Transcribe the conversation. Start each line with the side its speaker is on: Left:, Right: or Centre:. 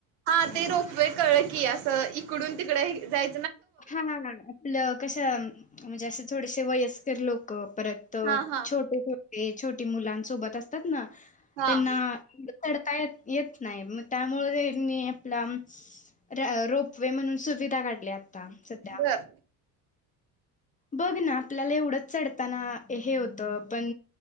Right: हा
Left: अम
Right: ते रोपवे कळलं की अस त इकडून तिकड हे जाय
Left: हा ना ना आपलं कसं म्हणजे असं थोडेसे वयस्कर लोक परत
Right: हा हा
Left: छोटे छोटे छोटी मुलां सोबत असतात ना
Right: हा
Left: त्यांना चढता येत येतनाय म त्यामुळं यांनी आपलं र रोपवे म्हणून सुविधा काढली काम सध्या
Right: बर
Left: बघ ना आपल्याला एवढच चढताना हे होतं पण